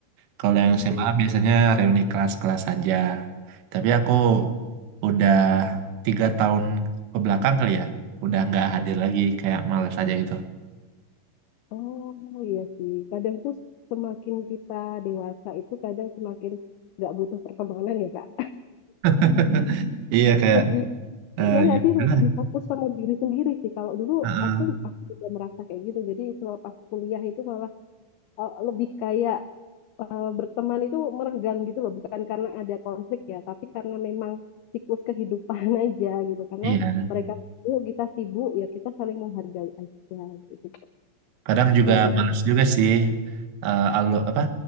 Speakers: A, on the right; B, on the left.
A: Kalau yang
B: hmm,
A: SMA biasanya reuni kelas-kelas saja. Tapi aku udah tiga tahun ke belakang kali ya, udah nggak hadir lagi, kayak males aja gitu.
B: oh iya sih kadang tuh semakin kita dewasa itu kadang semakin nggak butuh pertemanan ya kak
A: <laughs> Iya kayak
B: lebih
A: eh
B: ya nggak
A: ya
B: sih
A: udahlah.
B: lebih fokus sama diri sendiri sih kalau dulu
A: Heeh.
B: aku aku juga merasa kayak gitu jadi selepas kuliah itu malah eh, lebih kayak eh, berteman itu merenggang gitu loh, bukan karena ada konflik ya, tapi karena memang siklus kehidupan <laughs> aja gitu. Karena
A: Iya,
B: mereka sibuk, kita sibuk, ya kita saling menghargai aja gitu.
A: kadang juga
B: Tuh, jadi
A: males juga sih eh alu apa